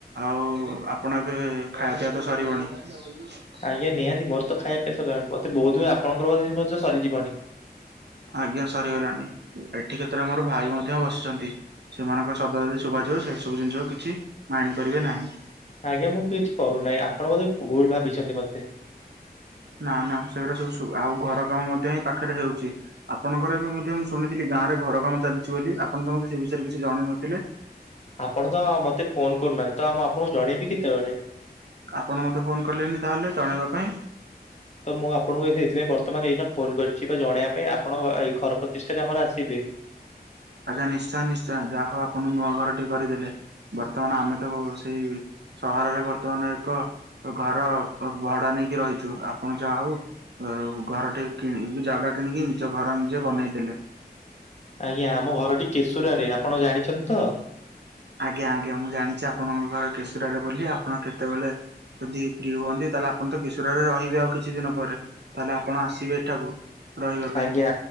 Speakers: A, on the right; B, on the left.
A: ଆଉ ଆପଣ ଏବେ ଖାଇବା ପିଇବା ତ ସରିବଣି। <unintelligible>
B: ଆଜ୍ଞା ନିହାତି ମୋର ତ ଖାଇବା ପିଇବା ସରଲାଣି। ମୋତେ ବୋଧହୁଏ ଆପଣଙ୍କର ବି ମଧ୍ୟ ସରି ଯିବଣି?
A: ଆଜ୍ଞା ସରିଗଲାଣି। ଏଠି କେତେଳେ ମୋର ଭାଇ ମଧ୍ୟ ବସିଛନ୍ତି। ସେମାନଙ୍କ ଶବ୍ଦ ଯଦି ଶୁଭାଯିବ ସେ ସବୁ ଜିନିଷକୁ କିଛି ମାଇଣ୍ଡ କରିବେ ନାହିଁ।
B: ଆଜ୍ଞା ମୁଁ କିଛି କରୁନାହିଁ ଆପଣ ବୋଧେ ଭୁଲ ଭାବିଛନ୍ତି ମୋତେ।
A: ନା ନା ସେଗୁରା ସବୁ ଶୁ ଆଉ ଘର କାମ ମଧ୍ୟ ଏଇ ପାଖରେ ହେଉଛି। ଆପଣଙ୍କର ଏବେ ମଧ୍ୟ ମୁଁ ଶୁଣିଥିଲି ଗାଁ ରେ ଘର କାମ ଚାଲିଛି ବୋଲି ଆପଣ ତ ମୋତେ ସେ ବିଷୟରେ କିଛି ଜଣେଇନଥିଲେ?
B: ଆପଣ ତ ମୋତେ ଫୋନ୍ କରୁନାହାନ୍ତି। ତ ମୁଁ ଆପଣଙ୍କୁ ଜଣେଇବି କେତେବେଳେ।
A: ଆପଣ ମୋତେ ଫୋନ୍ କଲେେନି ତାହେଲେ ଜଣେଇବା ପାଇଁ।
B: ତ ମୁଁ ଆପଣଙ୍କୁ ଏଇଠି ଏଇଥିପାଇଁ ବର୍ତ୍ତମାନ ଏଇନା ଫୋନ୍ କରିଛି ବା ଜଣେଇବା ପାଇଁ। ଆପଣ ଏଇ ଘର ପ୍ରତିଷ୍ଠାରେ ଆମର ଆସିବେ।
A: ଆଜ୍ଞା ନିଶ୍ଚୟ ନିଶ୍ଚୟ ଯାହା ହଉ ଆପଣ ନୂଆ ଘରଟି କରିଦେଲେ। ବର୍ତ୍ତମାନ ଆମେ ତ ସେଇ ସହରରେ ବର୍ତ୍ତମାନ ଏକ ଘର ଭଡା ନେଇକି ରହିଛୁ। ଆପଣ ଯା ହଉ ଅ, ଘର ଟେ କିଣି, ଜାଗା କିଣିକି ନିଜ ଘର ନିଜେ ବନେଇଦେଲେ।
B: ଆଜ୍ଞା, ଆମ ଘରଟି କେଶୁରାରେ ଆପଣ ଜାଣିଛନ୍ତି ତ?
A: ଆଜ୍ଞା, ଆଜ୍ଞା, ମୁଁ ଜାଣିଛି ଆପଣଙ୍କ ଘର କେଶୁରାରେ ବୋଲି, ଆପଣ କେତେବେଳେ ଯଦି ଫ୍ରି ହୁଅନ୍ତି ତାହେଲେ ଆପଣ ତ କିଶୋରା ରେ ରହିବେ, ଆଉ କିଛି ଦିନ ପରେ ତାହେଲେ, ଆପଣ ଆସିବେ ଏଠାକୁ। ରହିବା ପାଇଁ
B: ଆଜ୍ଞା,